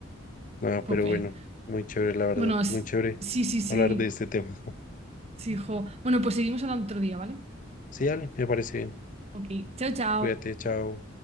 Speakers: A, on the left; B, on the right.
A: Ah, pero
B: Jope.
A: bueno, muy chévere, la verdad,
B: Bueno, s-
A: muy chévere
B: sí, sí, sí,
A: hablar de este tema.
B: sí, jo. Bueno, pues seguimos hablando otro día, ¿vale?
A: Sí, dale, me parece bien.
B: Ok, chao, chao.
A: Cuídate, chao.